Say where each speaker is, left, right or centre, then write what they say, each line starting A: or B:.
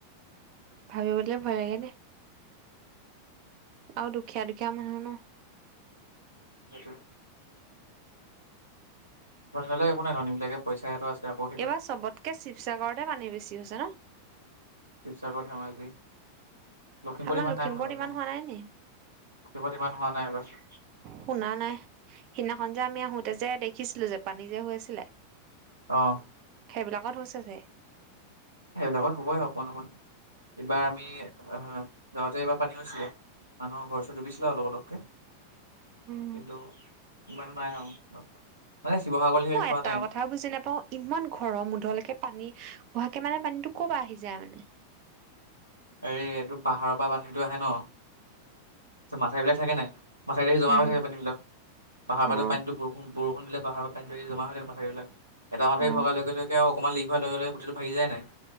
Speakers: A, on the right; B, on the right.
A: ভাবিবলে, ভয় লাগে দেই আৰু দুখীয়া দুখীয়া মানুহ ন
B: সেইটোৱে। ধনী বিলাকৰ একো ল নট ধৰন বিিলাকে পইছা হেঁত আছিলে আক
A: এইবাৰ চবতকে শিৱসাগৰতে পানী বেছি হৈছে ন।
B: শিৱসাগৰ ধেমাজি লখিমপুৰত
A: আমাৰ
B: ইমান নাই হোৱা
A: ইমান
B: পানী,
A: নাই নি
B: লখিমুৰত ইমান হোৱা নাই এইবাৰ।
A: শুনা নাই, সিদিনাখন যে আমি আহোতে যে দেখিছিলো যে পানী যে হৈছিলে।
B: অ'।
A: সেইবিলাকত হৈছে যে।
B: এইেবিলাকত হ'বই অকণ অকণ। এইবাৰ আমি গাঁৱতে এইবাৰ পানী হৈছিলে মানুহৰ ঘৰ ওচৰত ডুবিছিলা অলপ অলপকে।
A: উম
B: কিন্তু ইমানো নাই আৰু। মানে শিৱসাগৰ লেখিয়াকে
A: মই
B: হোৱা
A: এটা
B: নাই।
A: কথাও বুজি নাপাওঁ ইমান ঘৰমুধলকে পানী অহাকে মানে পানীতটো ক'বা আহি যায় মানে।
B: এই এইটো পাহাৰৰ পৰা পানীটো আহে ন মাথা বিলাক থাকে নাই। মথাউৰিতে জমা
A: উম
B: হৈ থাক পানী বিলাক পাহাৰৰ
A: অ
B: পৰা নীটো বৰষুণ বৰষুণ দিল পাহাৰৰ পৰা পানী এই জমা থাকে মথাইবিলাক এটা মাথাৰি
A: অ
B: ভগাৰ লগে, লগে আৰু অকণমান লিক ৱাৰ লগে লগ গোটেইটো ভাগি যায় নাই।